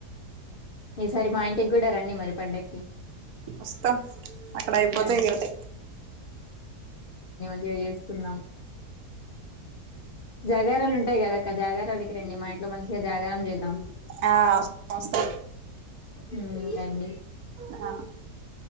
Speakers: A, on the left (about 75°); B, on the right (about 70°).
A: ఈసారి మా ఇంటికి కూడా రండి మరి పండక్కి
B: వస్తాం అక్కడ అయిపోతే
A: రండి
B: ఓకే
A: <unintelligible> కున్నాం జాగారాలు ఉంటాయి కదా అక్క జాగారాలి రండి మా ఇంట్లో మంచిగా జాగారం చేద్దాం
B: ఆ వస్తాం
A: ఉమ్ రండి
B: ఆ